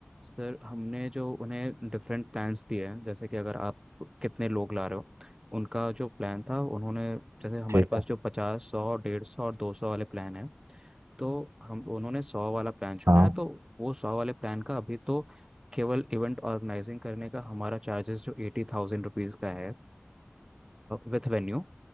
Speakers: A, on the right; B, on the right.
A: सर हमने जो उन्हें डिफरेंट प्लान्स दिए हैं जैसे कि अगर आप कितने लोग ला रहे हो उनका जो प्लान था उन्होंने जैसे हमारे
B: ठीक
A: पास
B: है
A: जो पचास सौ डेढ़ सौ और दो सौ वाले प्लान हैं तो हम उन्होंने सौ वाला प्लान चुना
B: हाँ
A: है तो वो सौ वाले प्लान का अभी तो केवल इवेंट ऑर्गेनाइजिंग करने का हमारा चार्जेस जो एटी थाउजेंड रुपीज़ का है विथ वेन्यू